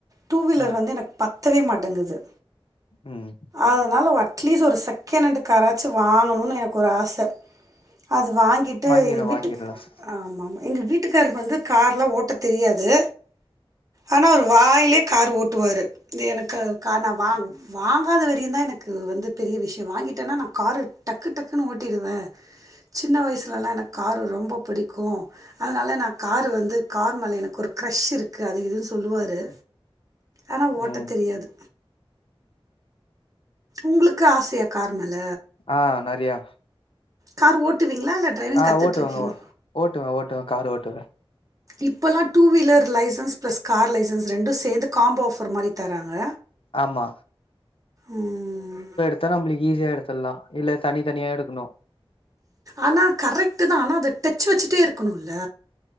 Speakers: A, on the right; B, on the left.
A: டூ வீலர்
B: ம்,
A: வந்து எனக் பத் தவே மாட்டங்கிது
B: ம்
A: அதனால அட்லீஸ்ட் ஒரு செக்கெணண்டு காராச்சு வாங்கணுன் எனக்கொரு ஆச அது வாங்கிட்டு
B: வாங்கிருவேன்
A: எங்க வீட்டுக்
B: வாங்கிடலாம் சார்.
A: ஆமாமா எங்க வீட்டுக்காருக் வந்து கார்லா ஓட்ட தெரியாது ஆனா அவுரு வாய்லே காரு ஓட்டுவாரு து எனக்காக கார் நா வாங் வாங் காத வரயு தா எனக்கு வந்து பெரிய விஷ்யோ வாங்கிட்டேனா நா காரு டக்கு டக்குனு ஓட்டிருவே சின்ன வய்ஸ்லல்லா எனக் காரரு ரொம்ப பிடிக்கு அதனால நா காரு வந்து கார் மேல எனக்கொரு க்ரெஷ் இருக்கு அது இதுன் சொல்லுவாரு ஆனா ஓட்ட
B: ம்.
A: தெரியாது உங்ளுக்கு ஆசையா கார் மேல
B: ஆ நறையா
A: கார் ஓட்டுவீங்ளா இல்ல டிரைவிங்
B: ஆ
A: கத்துட்ருக்கீங்
B: ஓட்டுவங்க ஓ ஓட்டுவே ஓட்டுவே காரு ஓட்டுவே
A: இப்பல்லா two wheeler licence plus car licence ரெண்டு சேந்து காம்போ ஆஃபர் மாரி தராங்க
B: ஆமா.
A: ம்
B: த்தா நம்பளுக் ஈஸியா எடுத்தர்லா இல்ல தனி தனியா எடுக்கணு
A: ஆனா கரெக்ட்டு தா ஆனா அத டெச் வச்சிட்டே இருக்கணுல்ல